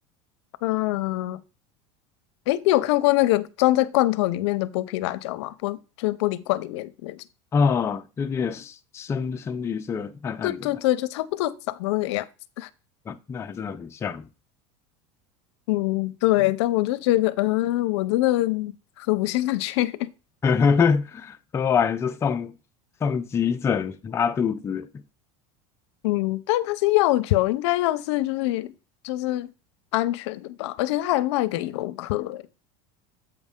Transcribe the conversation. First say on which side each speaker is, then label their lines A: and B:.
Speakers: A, on the left; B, on the left.
A: 嗯，诶，你有看过那个装在罐头里面的剥皮辣椒吗？玻就是玻璃罐里面的那种。
B: 啊，就有点深深绿色，暗暗的，
A: 对对对，就差不多长得那个样子。
B: 那那还真的很像。
A: 嗯，对，但我就觉得，嗯，我真的喝不下去。<laughs>
B: <laughs> 喝完就送送急诊拉肚子，
A: 嗯，但它是药酒，应该要是就是就是安全的吧，而且它还卖给游客、欸诶。